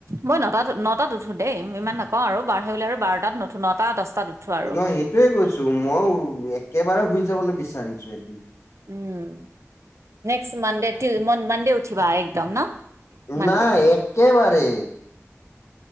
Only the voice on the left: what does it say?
নহয় এইটোয়ে কৈছোঁ মই একেবাৰে শুই যাবলৈ বিচাৰিছোঁ এইটো
নাই, একেবাৰে